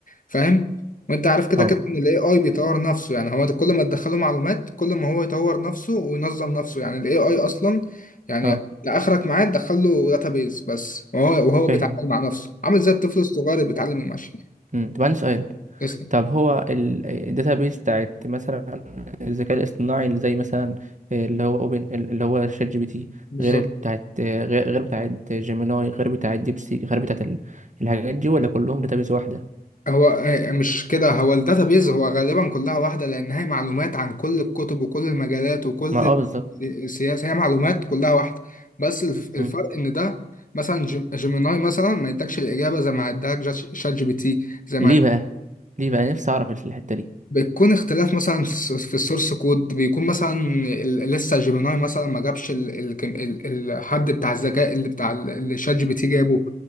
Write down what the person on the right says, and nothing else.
اه
اه
فاهم
أمم، طب عندي سؤال
طب هو الداتابيس بتاعت مثلا الذكاء الاصطناعي اللي زي مثلا اللي هو اوبن اللي هو شات جي بي تي
غير ال- بتاعت غير غير بتاعت جيميناي غير بتاعت ديبسيك غير بتاعت ال- الحاجات دي ولا كلهم داتابيس واحده
ما اه بالظبط
أمم.
ليه بقى ليه بقى نفسي اعرف الحته دي